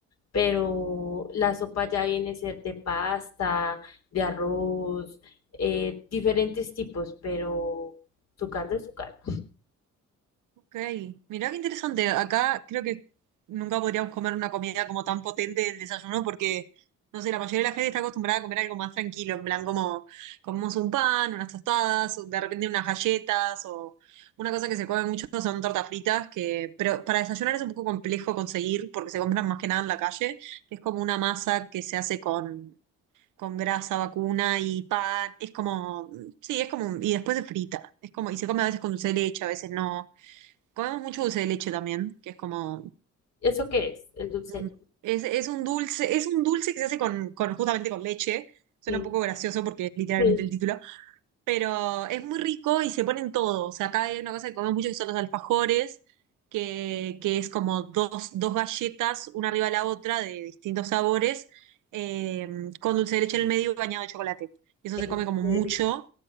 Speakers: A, on the left (about 60°); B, on the right (about 85°).
A: pero la sopa ya viene a ser de pasta, de arroz, eh, diferentes tipos, pero su caldo es su caldo.
B: Ok, mirá qué interesante. Acá creo que nunca podríamos comer una comida como tan potente del desayuno porque, no sé, la mayoría de la gente está acostumbrada a comer algo más tranquilo, en plan como comemos un pan, unas tostadas, o de repente unas galletas o una cosa que se come mucho son tortas fritas, que, pero para desayunar es un poco complejo conseguir porque se compran más que nada en la calle, que es como una masa que se hace con, con grasa vacuna y pan. Es como, sí, es como, un- y después se frita. Es como, y se come a veces con dulce de leche, a veces no. Comemos mucho dulce de leche también, que es como
A: ¿Eso qué es? El dulce.
B: un- es, es un dulce, es un dulce que se hace con, con- justamente con leche. Suena
A: de leche.
B: un poco gracioso porque es literalmente
A: Sí,
B: el
A: sí,
B: título, pero es muy rico y se ponen todo. O sea, acá hay una cosa que comemos mucho que son los alfajores, que, que es como dos, dos galletas, una arriba de la otra, de distintos sabores, eh, con dulce de leche en el medio y bañado de chocolate. Y eso
A: en
B: se come como
A: serio,
B: mucho.